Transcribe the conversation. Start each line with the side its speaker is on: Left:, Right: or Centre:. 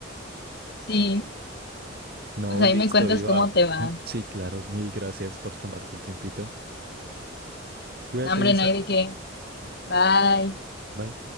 Left: Sí,
Right: No,
Left: pues ahí
Right: listo,
Left: me cuentas
Right: Iba.
Left: cómo te va.
Right: Sí, claro, mil gracias por tomarte el tiempito. Cuídate,
Left: No, hombre,
Right: Isa.
Left: no hay de qué. Bye.
Right: Bye.